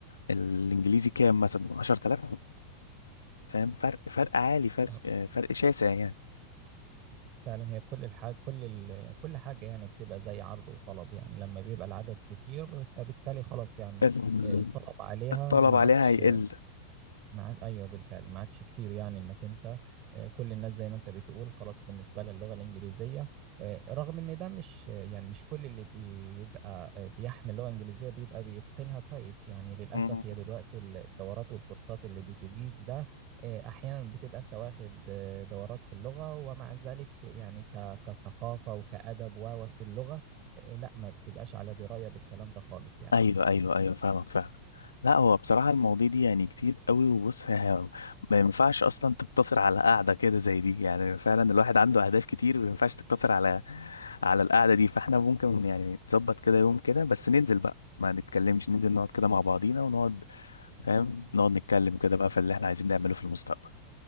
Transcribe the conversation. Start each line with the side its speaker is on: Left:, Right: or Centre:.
Left: الإنجليزي كام مثلا 10000 فاهم فرق فرق عالي فرق
Right: اه
Left: آه، فرق شاسع يعني
Right: فعلا هي كل الحاجة كل ال... كل حاجة يعني بتبقى زي عرض وطلب يعني لما بيبقى العدد كتير فبالتالي خلاص يعني
Left: <laughs>
Right: آه، الطلب عليها
Left: الطلب
Right: ما
Left: عليها
Right: عادش
Left: هيقل
Right: ما عاد ايوه بالفعل ما عادش كتير يعني انك انت آه، كل الناس زي ما انت بتقول خلاص بالنسبه لها اللغه الانجليزيه آه، رغم ان ده مش آه، يعني مش كل اللي بيبقى آه، بيحمل لغه انجليزيه بيبقى بيتقنها كويس يعني للاسف
Left: مم.
Right: هي دلوقتي الدورات والكورسات اللي بتجيز ده آه، احيانا بتبقى انت واخد آه، دورات في اللغه ومع ذلك يعني ك- كثقافه وكادب و و في اللغه آه، لا ما بتبقاش على درايه بالكلام ده خالص يعني
Left: ايوه ايوه ايوه فاهمك فعلا لا هو بصراحه المواضيع دي يعني كتير قوي وبص ها- ما ينفعش اصلا تقتصر على قاعده كده زي دي يعني فعلا الواحد عنده اهداف كتير ما ينفعش تقتصر على على القعده دي فاحنا ممكن يعني نظبط كده يوم كده بس ننزل بقى ما نتكلمش ننزل نقعد كده مع بعضينا ونقعد فاهم نقعد نتكلم كده بقى في اللي احنا عايزين نعمله في المستقبل